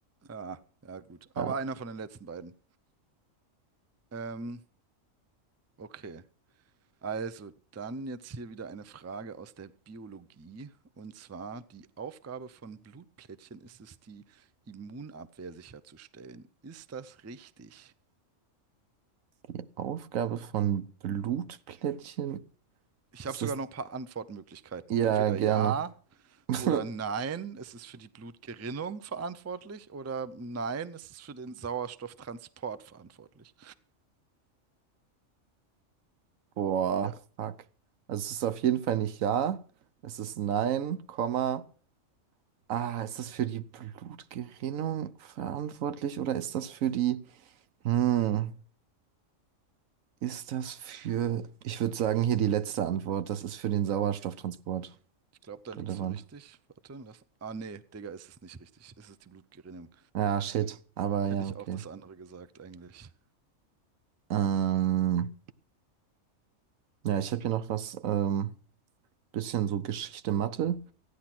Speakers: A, on the right (about 20°); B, on the right (about 80°).
A: ah, ja, gut.
B: Ja,
A: Aber einer von den letzten beiden. Ähm, okay. Also, dann jetzt hier wieder eine Frage aus der Biologie. Und zwar, die Aufgabe von Blutplättchen ist es, die Immunabwehr sicherzustellen. Ist das richtig?
B: die Aufgabe von Blutplättchen
A: Ich
B: ist
A: habe sogar
B: es,
A: noch ein paar Antwortmöglichkeiten.
B: ja,
A: Entweder
B: gerne.
A: ja
B: <laughs>
A: oder nein, es ist für die Blutgerinnung verantwortlich oder nein, es ist für den Sauerstofftransport verantwortlich.
B: Boah,
A: Ja,
B: fuck. Also es ist auf jeden Fall nicht ja, es ist nein, Komma. Ah, ist das für die Blutgerinnung verantwortlich oder ist das für die, hm, ist das für, ich würde sagen, hier die letzte Antwort, das ist für den Sauerstofftransport
A: ich glaube, da liegst
B: relevant.
A: du richtig. Warte, lass. Ah, nee, Digga, ist es nicht richtig. Es ist die Blutgerinnung.
B: Ja, shit, aber
A: Hätte
B: ja,
A: ich
B: okay.
A: auch das andere gesagt, eigentlich.
B: Ähm, ja, ich habe hier noch was, ähm, bisschen so Geschichte Mathe.